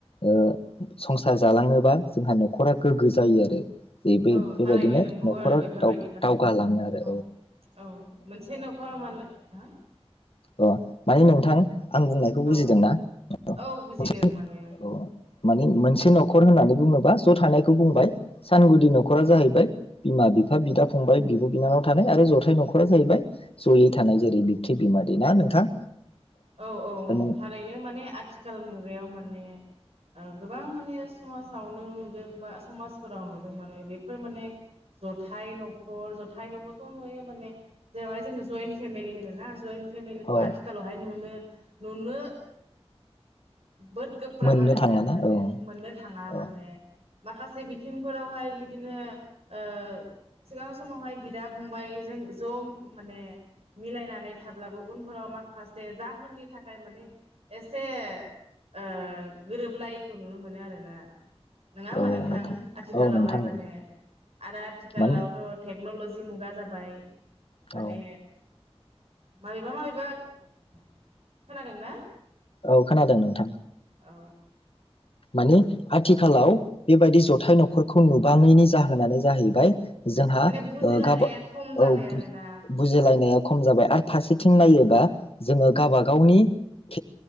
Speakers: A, on the left; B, on the right.
A: ओ संसार जालाङोबा जोंहा नखरा गोग्गो जायो आरो जे बे
B: औ
A: बेबायदिनो
B: थारैनो नंगौ
A: न'खरा
B: आरो बेफोरबायदि
A: दावगालाङो
B: माने
A: आरो
B: औ औ मोनसे नखराव माने हा
A: अ माने नोंथां आं बुंनायखौ बुजिद
B: औ
A: दोंना <unintelligible>
B: औ बुजिदों माने
A: माने मोनसे। न'खर होननानै बुङोबा ज' थानायखौ बुंबाय। सानगुदि न'खरा
B: औ
A: जाहैबाय बिमा बिफ फा बिदा फंबाय बिब' बिनानाव थानाय आरो जथाय न'खरा जाहैबाय जयै थानाय जेरै बिबथै बिमादै ना नोंथां?
B: औ औ औ
A: नों
B: थारै बे माने आथिखाल मुगायाव माने ओ गोबां माने समाजावनो नुदों बा समाजफोराव नुदों माने बेफोर माने जथाय न'खर जथाय न'खरखौ नुयो माने जेरावहाय जोङो जयन्ट फेमिलि होन ना जइन फेमिलिखौ
A: औ
B: आथिखालाव नुनो नुनो बोद गोब्राब
A: मोननो
B: आरो
A: थांलाना
B: ना माने
A: औ
B: मोननो थाङा
A: औ
B: माने माखासे बिथ थिंफोरावहाय बिदिनो ओ सिगां समावहाय बिदा फंबबायजों ज' माने मिलायनानै थाब्लाबो उनफोराव मा खासे जाहोननि थाखाय माने एसे ओ गोरोबलायैखौ नुनो मोनो आरोना। नङा होमबा
A: औ
B: नोंथां? आथिखालावहाय
A: औ नोंथां
B: माने
A: नोंगौ
B: आरो आथिखालावथ'
A: माने
B: टेक क्न'लजि मुगा जाबाय।
A: औ
B: माने माबेबा माबेबा खोनादों ना?
A: औ खोनादों नोंथां।
B: औ।
A: माने आथिखालाव बेबायदि जथाय न'खरखौ नुबाङैनि जाहोनानो जाहैबाय जोंहा
B: माने बुजिलायनाया
A: गाब ओ
B: खम जाबाय
A: औ
B: आरोना
A: बुजिलायनाया खम जाबाय आरो फारसे थिं नायोबा जोङो गाबा गावनि <unintelligible> औ।